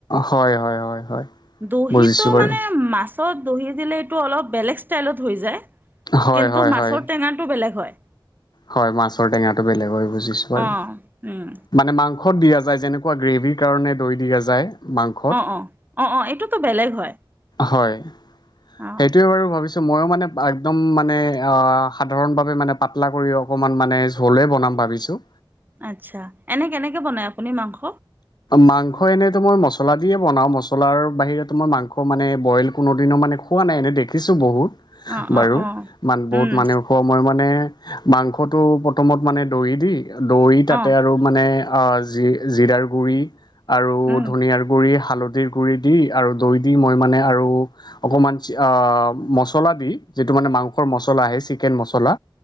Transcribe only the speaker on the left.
হয় হয় হয় হয়।
বুজিছোঁ বাৰু
হয়
হয়
হয়
হয় মাছৰ টেঙাটো বেলেগ হয় বুজিছো বাৰু।
মানে মাংস সত দিয়া যায়, যেনেকুৱা গ্ৰেভীৰ কাৰণে দৈ দিয়া যায়। মাংসত
হয়,
সেইটোৱে বাৰু ভাবিছো মইও মানে একদম মানে অ সাধাৰণ ভাবে মানে পাতলা কৰি অকণমান মানে ঝুলেই বনাম ভাবিছোঁ।
মাংস এনেইতো মই মছলা দিয়ে বনাওঁ মছলাৰ বাহিৰত মই মাংস মানে বইল কোনোদিনৰ মানে খোৱা নাই এনেই দেখিছো বহুত
বাৰু
মান বহুত
মানুহে খোৱা মই মানে মাংসটো প্ৰথমত মানে দৈ দি দৈ তাতে
আৰু মানে অ জি জিৰাৰ গুৰি আৰু
ধনীয়াৰ গুৰি হাল হালধিৰ গুৰি দি আৰু দৈ দি মই মনে আৰু অকমান অ', ম মছলা দি যিটো মানে মাংসৰ মছলা সেই চিকেন মছলা